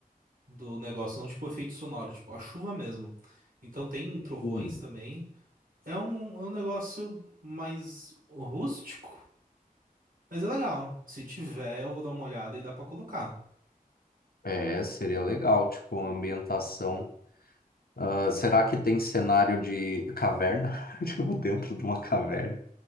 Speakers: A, on the right (about 65°); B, on the left (about 80°).
A: do negócio, não tipo efeito sonoro, tipo a chuva mesmo. Então tem trovões
B: Hum.
A: também. É um, um, é um negócio mais rústico, mas é legal. Se tiver, eu vou dar uma olhada e dá pra colocar.
B: É, seria legal, tipo, uma ambientação. Ah, será que tem cenário de caverna? <laughs> Tipo, dentro de uma caverna?